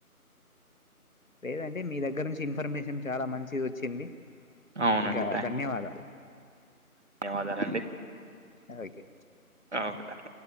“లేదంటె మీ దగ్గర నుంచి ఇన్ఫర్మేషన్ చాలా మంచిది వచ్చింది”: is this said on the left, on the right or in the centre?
Left